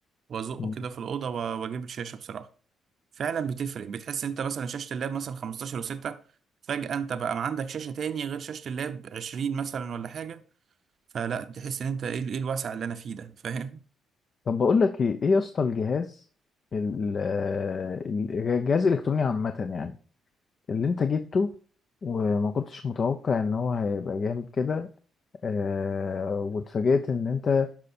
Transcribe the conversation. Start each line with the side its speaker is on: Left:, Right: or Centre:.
Right: وازقه
Left: مم.
Right: كده في الاوضه و- واجيب الشاشه بصراحه فعلا بتفرق بتحس انت مثلا شاشه اللاب مثلا 15 و6 فجاه انت بقى ما عندك شاشه تاني غير شاشه اللاب 20 مثلا ولا حاجه فلا تحس ان انت ايه ال- ايه الوسع اللي انا فيه ده فاهم
Left: طب بقول لك ايه ايه يا اسطى الجهاز ال- ال- الجهاز الالكتروني عامه يعني اللي انت جبته وما كنتش متوقع ان هو هيبقى جامد كده آه واتفاجئت ان انت